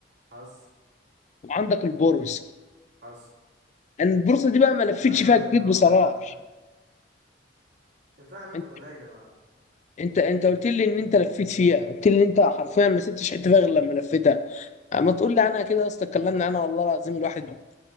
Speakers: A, on the right; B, on the left.
A: حصل
B: وعندك البورصه
A: حصل
B: انا البورصه دي بقى ما لفيتش
A: ايوه
B: فيها
A: دي
B: كتير
A: اللي رحتها
B: بصراحه
A: بقى كان فيها اماكن
B: انت
A: قليلة
B: انت انت قلت لي ان انت لفيت فيها قلت لي ان انت حرفيا ما سبتش حته فيها غير لما لفيتها آه، ما تقول لي انا كده يا اسطى اتكلمنا
A: ما
B: انا
A: ايوه
B: والله العظيم الواحد